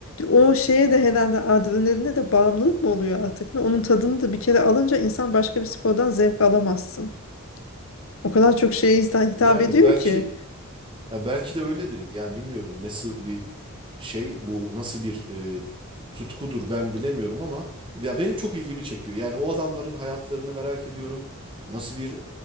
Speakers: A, on the left; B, on the right.
A: o şeye de herhalde adrenaline de bağımlılık mı oluyor artık? Ne? Onun tadını da bir kere alınca insan başka bir spordan zevk alamazsın. O kadar çok şeye insan hitap
B: Yani
A: ediyor
B: belki
A: ki.
B: Ya belki de öyledir. Yani bilmiyorum nasıl bir şey bu nasıl bir e, tutkudur ben bilemiyorum ama ya benim çok ilgimi çekiyor. Yani o adamların hayatlarını merak ediyorum. Nasıl bir